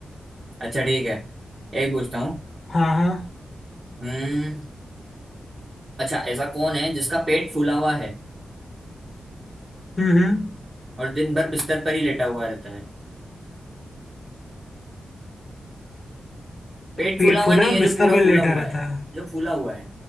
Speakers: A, on the right; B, on the left.
A: अच्छा ठीक है एक पूछता हूँ
B: हाँ हाँ
A: हम्म अच्छा ऐसा कौन है जिसका पेट फूला हुआ है
B: हम्म हम्म
A: और दिन भर बिस्तर पर ही लेटा हुआ रहता है पेट
B: पेट
A: फूला हुआ
B: फूला
A: नहीं
B: है
A: है
B: बिस्तर
A: जो पूरा
B: पर
A: फूला
B: लेटा
A: हुआ
B: रहता
A: है
B: है
A: जो फूला हुआ है